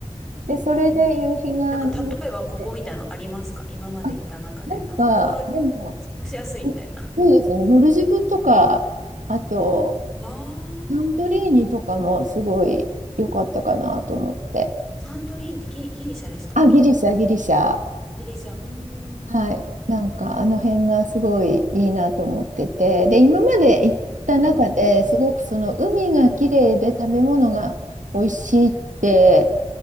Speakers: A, on the right; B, in the centre.
A: で、それで夕日が見れて、
B: うん。なんか例えばここみたいなのありますか今まで行った中で。
A: あ、なんか、
B: あ、ここは
A: でも、
B: 押しやすいみたいな。
A: そうですね、モルジブとか、あと、
B: ああ、
A: サントリーニとかもすごい良かったかなと思って。
B: サントリーンってギリ、ギリシャでしたっけ
A: あ、ギリシャ、ギリシャ。
B: ギリシャ。うーん。
A: はい。なんかあの辺がすごいいいなと思ってて、で、今まで行った中ですごくその海が綺麗で食べ物が美味しいって、
B: うん。